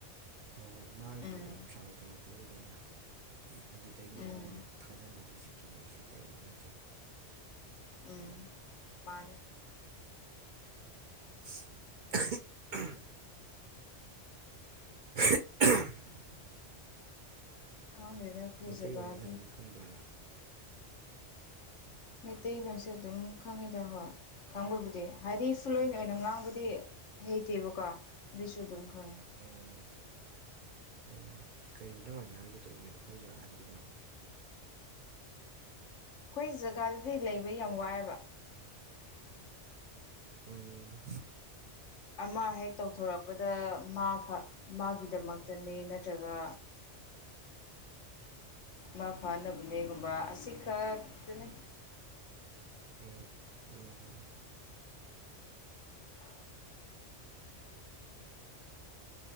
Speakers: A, on the right (about 55°); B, on the left (about 90°).
A: ꯍꯣꯏ ꯍꯣꯏ ꯃꯥꯡꯈꯤꯕꯗꯣ
B: ꯎꯝ
A: ꯄꯩꯁꯥ ꯂꯧꯊꯣꯛ ꯇꯣꯛꯎꯅꯨꯗ ꯑꯗꯨꯗꯩꯩꯅꯦꯕ
B: ꯎꯝ
A: ꯃꯤꯅ ꯊꯥꯖꯅꯗ꯭ꯔꯤꯁꯦ ꯀꯤꯟꯅꯩꯁꯦ ꯑꯇꯩ ꯑꯝꯇ ꯅꯠꯇꯦꯕ꯫
B: ꯎꯝ ꯃꯥꯅꯦ꯫
A: <inaudible> <unintelligible>
B: ꯈꯪꯗꯦꯗ꯫ ꯑꯩꯈꯣꯏ
A: ꯃꯩꯇꯩꯂꯣꯟꯗꯤ
B: ꯖꯒꯥꯗꯤ
A: ꯐꯖꯅ ꯈꯪꯕ꯭ꯔꯥ ꯅꯪ
B: ꯃꯩꯇꯩꯂꯣꯟꯁꯦ ꯑꯗꯨꯝ ꯈꯪꯉꯦꯗ ꯍꯣꯏ ꯈꯪꯕꯕꯨꯗꯤ ꯍꯥꯏꯗꯤ ꯐꯨꯜ
A: ꯎꯝ
B: ꯑꯣꯏꯅ ꯉꯥꯡꯕꯗꯤ꯫ ꯍꯩꯇꯦꯕꯀꯣ ꯑꯗꯨꯏꯁꯨ ꯑꯗꯨꯝ ꯈꯪꯉꯦ꯫
A: ꯎꯝ ꯎꯝ ꯀꯩꯅꯣ ꯅꯪ ꯍꯧꯖꯤꯛ ꯍꯥꯏꯒꯦꯗꯧꯔꯝꯃꯤꯗꯣ ꯑꯩꯈꯣꯏ ꯖꯒꯥꯒꯤꯗꯨꯔꯣ꯫
B: ꯑꯩꯈꯣꯏ ꯖꯒꯥꯗꯗꯤ ꯂꯩꯕ ꯌꯥꯝ ꯋꯥꯏꯑꯦꯕ꯫
A: ꯎꯝ
B: ꯑꯃ ꯍꯦꯛ ꯇꯧꯊꯣꯔꯛꯄꯗ ꯃꯥ ꯃꯥꯒꯤꯗꯃꯛꯇꯅꯤ ꯅꯠꯇ꯭ꯔꯒ ꯃꯥ ꯐꯥꯅꯕꯅꯦꯒꯨꯝꯕ ꯑꯁꯤꯈꯛꯇꯅꯤ꯫
A: ꯎꯝ ꯎꯝ
B: <inaudible>